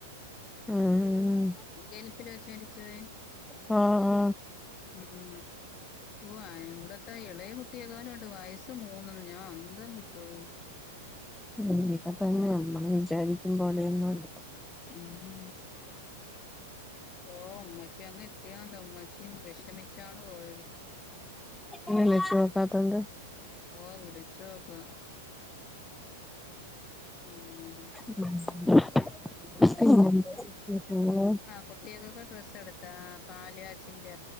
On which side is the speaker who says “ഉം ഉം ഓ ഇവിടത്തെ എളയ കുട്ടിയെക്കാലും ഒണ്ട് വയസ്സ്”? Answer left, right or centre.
Left